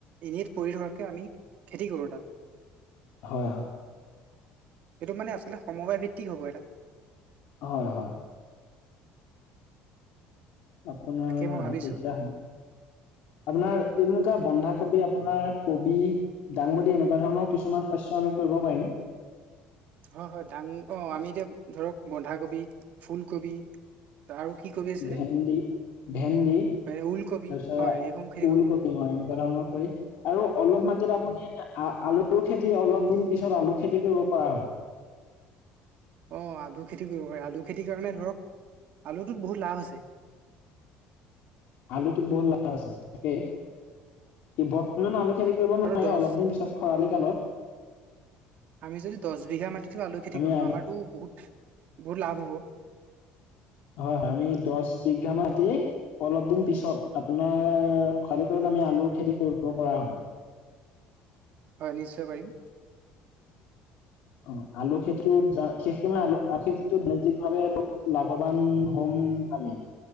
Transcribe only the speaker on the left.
হয়, হয়।
হয়, হয়। আপোনাৰ
তেতিয়া হ'ব। আপোনাৰ এনেকুৱা বন্ধাকবি, আপোনাৰ কবি দাংবডী এনেকুৱা ধৰণৰ কিছুমান শস্য আমি কৰিব পাৰিম।
ভেন্দি ভেন্দি তাৰপিছত
ওলকবি
অ' এনেকুৱা ধৰণৰ কৰি আৰু অলপ মাটিত আপুনি আলুৰ খেতি অলপ দিন পিছত আলু খেতি কৰিব পৰা হ'ব।
আলুটোত বহুত লাভ আছে তাকেই বৰ্তমান আলু খেতি কৰিব
নোৱাৰে,
অলপ দিন পিছত খৰালি কালত।
আমি
আলু
হয়, হয়। আমি দহ বিঘা মাটি অলপ দিন পিছত আপোনাৰ খালি কৰিলে আমি আলুৰ খেতি কৰিব পৰা হ'ব।
অ' আলু বিশেষকৈ মানে আলু নৈতিক ভাৱে বহুত লাভৱান হ'ম আমি।